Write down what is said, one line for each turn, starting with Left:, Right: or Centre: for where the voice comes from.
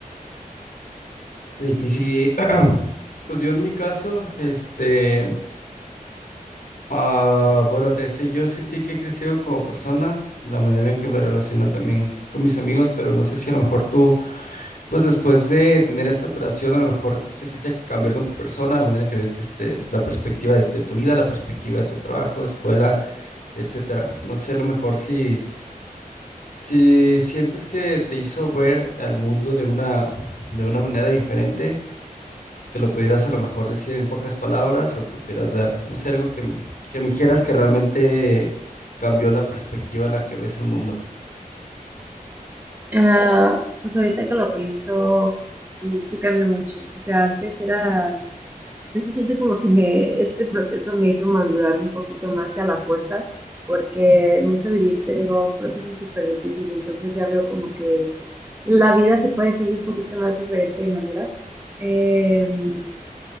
Left: Difícil. <clears throat> Pues yo en mi caso, este, ah, bueno, te decía, yo sentí que he crecido como persona, la manera en que me relaciono también con mis amigos, pero no sé si a lo mejor tú, pues después de tener esta operación, a lo mejor sentiste que cambió algo en tu persona, la manera en que ves, este, la perspectiva de, de tu vida, la perspectiva en tu trabajo, escuela, etcétera. No sé, a lo mejor si, si sientes que te hizo ver al mundo de una, de una manera diferente que lo pudieras a lo mejor decir en pocas palabras o que pudieras dar, no sé, algo que, que me dijeras que realmente cambió la perspectiva en la que ves el mundo.
Right: Ah, pues ahorita que lo pienso, sí, sí cambió mucho. O sea, antes era, de hecho siento como que me, este proceso me hizo madurar un poquito más y a la fuerza, porque me hizo vivir, te digo, un proceso súper difícil. Entonces ya veo como que la vida se puede decir de un poquito más diferente de manera. Em,